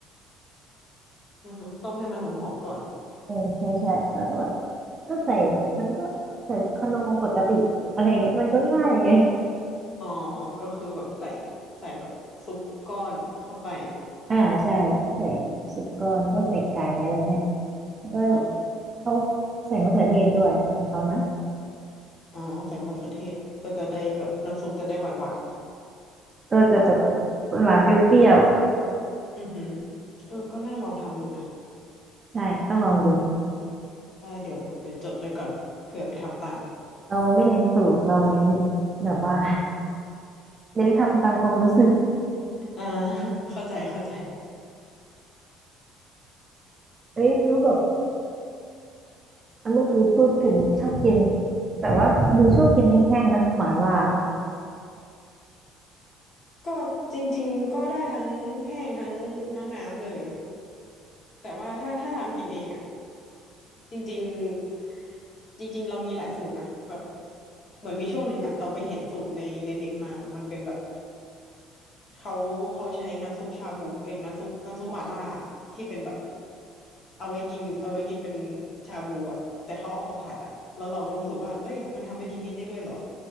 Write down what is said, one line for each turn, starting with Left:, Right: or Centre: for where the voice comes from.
Left: อ่าฮะต้มให้มันหอมๆก่อน
Right: เออใช่ใช่แล้วก็แบบก็ใส่มันก็ใส่คานอปกติอะไรอย่างเงี้ยมันก็ง่ายไง
Left: อ๋อก็คือแบบใส่ใส่แบบซุปก้อนเข้าไป
Right: อ่าใช่ใส่สุกรแลก็ใส่ไก่อะไรเงี้ยแล้วก็
Left: อ๋อ
Right: เขาใส่มะเขือเทศด้วยของเขานะ
Left: อ๋อใส่มะเขือเทศก็จะได้แบบน้ำซุปจะได้หวาน
Right: ก็จะแบบหวานเปรี้ยว
Left: ๆอือหือเออก็น่าลองทำดูนะ
Right: ๆใช่ต้องลองดู
Left: ได้เดี๋ยวเดี๋ยวจดไปก่อนเผื่อไปทำตาม
Right: เราไม่เน้นสูตรเราเน้นแบบว่า <laughs> เน้นทำตามความรู้สึก
Left: อ่า <laughs> เข้าใจเข้าใจ
Right: เฮ้ยรู้แบบ เมื่อกี้พูดถึงชอบกินแต่ว่าดูชอบกินแห้งๆนะหม่าล่า
Left: ก็จริงๆก็ได้ทั้งแห้งทั้งทั้งน้ำเลย แต่ว่าถ้าถ้าทำกินเองอ่ะจริงๆจริงๆเรามีหลายสูตรนะแบบเหมือนมีช่วงหนึ่งอ่ะเราไปเห็นสูตรในในเน็ตมามันเป็นแบบเขาเขาใช้น้ำซุปชาบูเอ้ยน้ำซุปน้ำซุปหม่าล่าที่เป็นแบบเอาไว้กินเอาไว้กินเป็นชาบูอ่ะแต่เขาเอามาผัดอ่ะแล้วเราก็รู้สึกว่าเอ้ยมันทำวิธีนี้ได้ด้วยเหรอ